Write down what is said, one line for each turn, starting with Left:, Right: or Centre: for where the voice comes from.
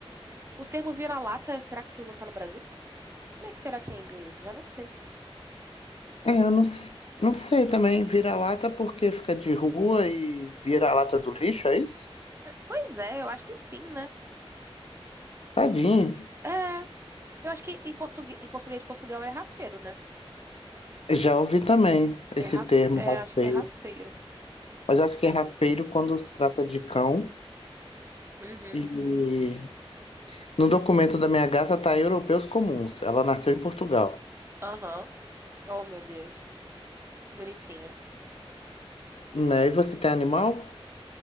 Right: O termo vira-lata, será que se usa só no Brasil? Como é que será que é em inglês? Já não sei.
Left: É, eu não, s- não sei também. Vira-lata porque fica de rua e vira-lata do lixo, é isso?
Right: Pois é, eu acho que sim, né?
Left: Tadinho.
Right: É, eu acho que em português, em português de Portugal é rafeiro, né?
Left: Eu Já ouvi também esse
Right: É, raf,
Left: termo,
Right: é,
Left: rafeiro.
Right: acho que é rafeiro.
Left: Mas acho que é rafeiro quando se trata de cão.
Right: Uhum,
Left: E no documento da minha gata tá europeus comuns. Ela nasceu em Portugal.
Right: aham. Oh, meu Deus. Bonitinha.
Left: Né? E você tem animal?